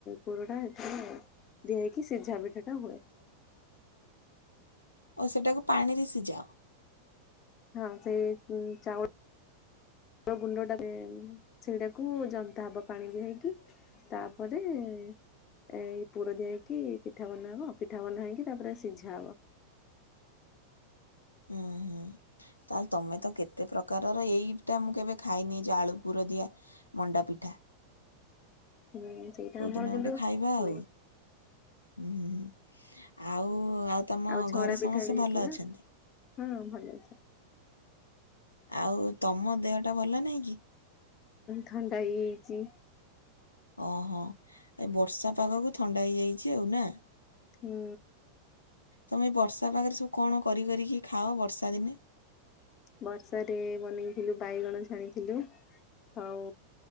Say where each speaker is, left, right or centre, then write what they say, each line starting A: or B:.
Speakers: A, on the left (about 30°); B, on the left (about 85°).
A: ପୁର
B: ହୁଏ
A: ଟା
B: ଦରକାରକି
A: ଏଥିରେ
B: ସେଇ ପୁରଟା
A: ଦିଆ
B: ସେଥିରେ
A: ହେଇକି ସିଝା ପିଠା
B: ପୁରେଇକି
A: ଟା ହୁଏ।
B: ସିଝା ପିଠାଟା ହୁଏ। ଓ ସେଟାକୁ ପାଣିରେ ସିଝାଅ?
A: ହଁ ସେ
B: ସେଇ
A: ଚାଉଳ
B: <inaudible>
A: ଗୁଣ୍ଡ
B: ଗୁଣ୍ଡଟାକୁ
A: ଟା
B: ତାପରେ ସେଟାକୁ ଜନ୍ତାକ ପାଣି ଦେଇକି
A: ସେଇଟାକୁ
B: ତାପରେ
A: ଜନ୍ତା ହବ ପାଣିରେ
B: ଏ ପୁର
A: ହେଇକି
B: ଦେଇକି ପିଠା ବନାହବ ପିଠା
A: ତାପରେ
B: ବନାହେଇକି
A: ଏ ପୁର ଦିଆ ହେଇକି ପିଠା ବନା ହବ, ପିଠା ବନା ହେଇକି ତାପରେ ସିଝା ହବ।
B: ହୁଁ ହୁଁ। ତାହେଲେ ତମେ ତ କେତେ ପ୍ରକାରର ଏଇଟା ମୁଁ କେବେ ଖାଇନି ଯୋଉ ଆଳୁ ପୁର ଦିଆ ମଣ୍ଡା ପିଠା।
A: ହୁଁ, ସେଇଟା
B: କୋଉଦିନ
A: ଆମର କିନ୍ତୁ
B: ଗୋଟେ ଖାଇବା ଆଉ।
A: ହୁଏ।
B: ହୁଁ ହୁଁ ହୁଁ ଆଉ ତମ
A: ଆଉ ଛଣା
B: ଘରେ ସମସ୍ତେ
A: ପିଠା ବି
B: ଭଲ
A: ହେଇଥିଲା,
B: ଅଛନ୍ତି?
A: ହଁ ଭଲ ଅଛି।
B: ଆଉ ତମ ଦେହଟା ଭଲ ନାଇଁ କି?
A: ଥଣ୍ଡା ହେଇଯାଇଛି।
B: ଓହୋ ଏ ବର୍ଷା ପାଗକୁ ଥଣ୍ଡା ହେଇଯାଇଛି ଆଉ ନା?
A: ହୁଁ।
B: ତମେ ଏଇ ବର୍ଷା ପାଗରେ ସବୁ କଣ କରି କରିକି ଖାଅ ବର୍ଷା ଦିନେ?
A: ବର୍ଷାରେ ବନେଇଥିଲୁ ବାଇଗଣ ଛାଣିଥିଲୁ। ଆଉ